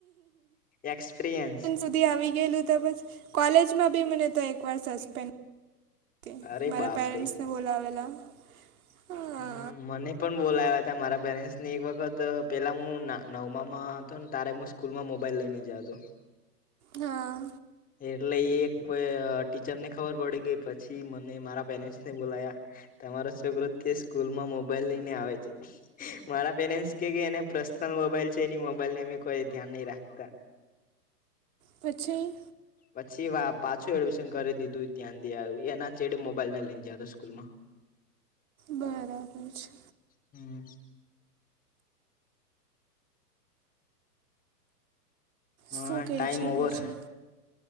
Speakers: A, on the left; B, on the right.
A: એક્સપિરિયન્સ
B: હન શુદ તે આવી ગયેલું તો પછ કોલેજ માં બી મને તો એક વાર સસ્પેન્ડ તે
A: અરે
B: મારા
A: બાપરે
B: પેરેન્ટસને બોલાવેલા હા.
A: હ મને પણ બોલાવ્યા હતા મારા પેરેન્ટ્સને એક વખત પેલા હું નવમામાં હતો ને તારે મુશ સ્કૂલમાં મોબાઈલ લયને જાતો.
B: હા.
A: એટલે એક પે ટીચર ને ખબર પડી ગઈ પછી મને મારા પેરેન્ટ્સ ને બોલાયા તમારો છોકરો કે સ્કૂલમાં મોબાઈલ લઈને આવે છે. મારા પરેન્ટ્સ કે એને પર્સનલ મોબાઈલ છે એની મોબાઈલ છે એની અમ કોઈ ધ્યાન નહી રાખતા
B: પછી
A: પછી વા પાછું એડમિશન કરી દીધું ત્યાંન ત્યાં એના ચડીે મોબાઈલ ન લઈને જતો સ્કૂલમાં.
B: બરાબર છે.
A: હમ્મ. હ
B: શું કેઈ
A: ટાઈમ
B: છે
A: ઓવર
B: બીજું?